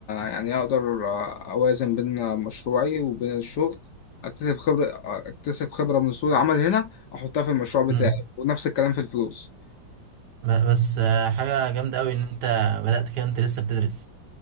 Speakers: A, on the left; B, on the right.
A: يعني اقدر اوازن بين مشروعي وبين الشغل اكتسب خبره اكتسب خبره من سوق العمل هنا احطها في المشروع بتاعي
B: مم.
A: ونفس الكلام في الفلوس
B: ب- بس آه، حاجة جامدة قوي ان انت بدأت كده انت لسه بتدرس